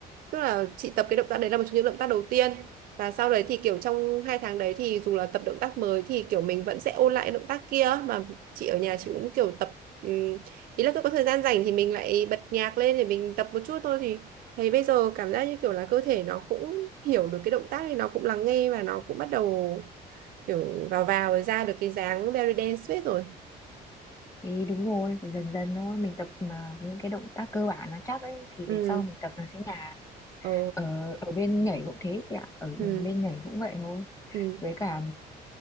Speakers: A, on the right; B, on the left.
A: tức là chị tập cái động tác đấy là một trong những động tác đầu tiên và sau đấy thì kiểu trong hai tháng đấy thì dù là tập động tác mới thì kiểu mình vẫn sẽ ôn lại cái động tác kia mà chị ở nhà chị cũng kiểu tập ừm, ý là cứ có thời gian rảnh thì mình lại bật nhạc lên để mình tập một chút thôi thì Thấy bây giờ cảm giác như kiểu là cơ thể nó cũng hiểu được cái động tác thì nó cũng lắng nghe và nó cũng bắt đầu kiểu vào vào rồi ra được cái dáng belly dance suýt rồi.
B: thì đúng rồi phải dần dần thôi mình tập mà những cái động tác cơ bản nó chắc ấy thì
A: Ừ,
B: về sau mình tập nó sẽ nhàn
A: ờ,
B: ở ở bên nhảy cũng thế chị ạ ở
A: ừ,
B: bên nhảy cũng vậy thôi
A: ừ,
B: với cả